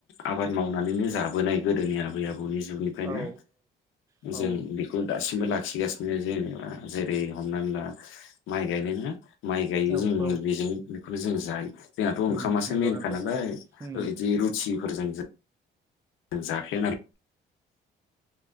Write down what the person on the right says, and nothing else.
औ औ
औ
औ
उम नंगौ
नंगौ
उम